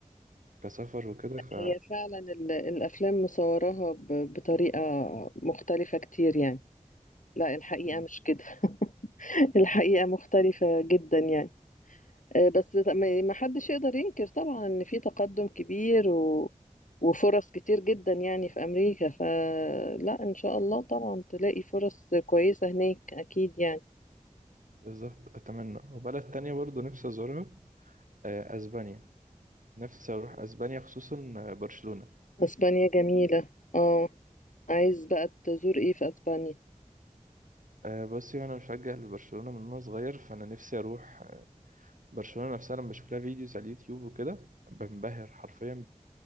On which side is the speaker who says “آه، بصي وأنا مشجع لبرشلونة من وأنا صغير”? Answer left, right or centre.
Right